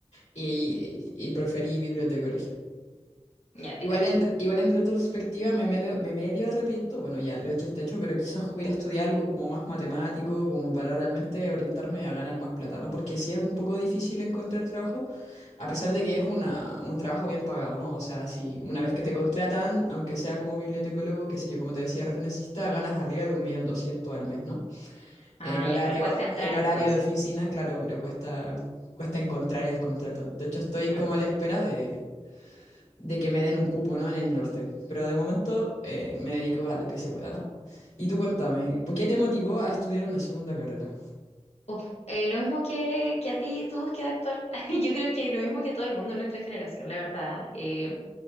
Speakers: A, on the left; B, on the left.
A: y, y preferí bibliotecología.
B: Ya te
A: Igual
B: cacho.
A: en, igual en retrospectiva me medio, me medio arrepiento, bueno, ya lo hecho está hecho, pero quizás hubiera estudiado algo como más matemático, como para realmente orientarme a ganar más plata, ¿no? Porque sí es un poco difícil encontrar trabajo, a pesar de que es una, un trabajo bien pagado, ¿no? O sea, si una vez que
B: Ujú.
A: te contratan, aunque sea como bibliotecólogo, qué sé yo, como te decía, referencista, ganas arriba de un millón doscientos al mes, ¿no?
B: Ah,
A: En horario,
B: ya, pero cuesta entrar
A: en horario
B: entonces.
A: de oficina, claro, pero cuesta, cuesta encontrar el contrato. De hecho, estoy como
B: Mm.
A: a la espera de de que me den un cupo, ¿no? En el norte. Pero de momento eh, me dedico a lo que se pueda, ¿no? Y tú cuéntame, ¿por qué te motivó a estudiar una segunda carrera?
B: Uf, eh, lo mismo que, que a ti tu búsqueda actual. <laughs> Yo creo que lo mismo que todo el mundo en nuestra generación, la verdad. Eh,